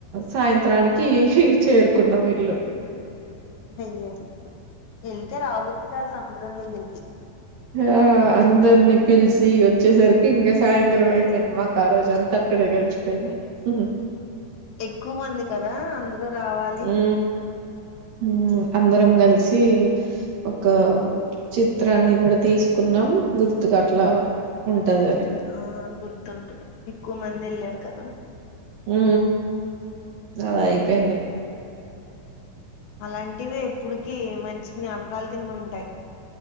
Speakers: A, on the right (about 65°); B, on the left (about 70°).
A: సాయంత్రానికి చేరుకున్నాం ఇల్లు
B: అయ్యో వెళ్తే రాబుద్ధి కాదు సముద్రం దగ్గరికి
A: ఆ అందరినీ పిలిచి వచ్చేసరికి ఇంగ సాయంత్రం అయిపోయింది మాకు ఆ రోజు అం త అక్కడే గడిచిపోయింది హు హు
B: ఎక్కువ మంది కదా అందు నువ్వు రావా
A: ఉ ఉ అందరం కలిసి ఒక చిత్రాన్ని కూడా తీసుకున్నాం గుర్తుకు అట్లా ఉంటది
B: ఆ గుర్తుంటది ఎక్కువ మంది వెళ్ళారు కదా
A: ఉ అలా అయిపోయింది
B: అలాంటివి ఎప్పుడుకి మంచి జ్ఞాపకాలు కింద ఉంటాయి